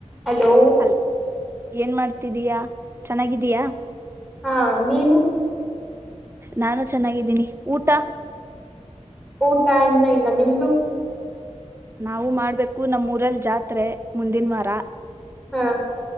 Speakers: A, in the centre; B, on the right.
A: ಹಲೋ
B: ಅಲ್ ಏನ್ ಮಾಡ್ತಿದ್ದಿಯಾ ಚೆನ್ನಾಗಿದ್ದಿಯಾ.
A: ಹಾ ನೀನು.
B: ನಾನು ಚೆನ್ನಾಗಿದ್ದೀನಿ ಊಟಾ.
A: ಊಟ ಇನ್ನ ಇಲ್ಲ ನಿಮ್ದು.
B: ನಾವು ಮಾಡ್ಬೇಕು ನಮ್ಮ್ ಊರಲ್ಲಿ ಜಾತ್ರೆ ಮುಂದಿನ ವಾರ.
A: ಹಾ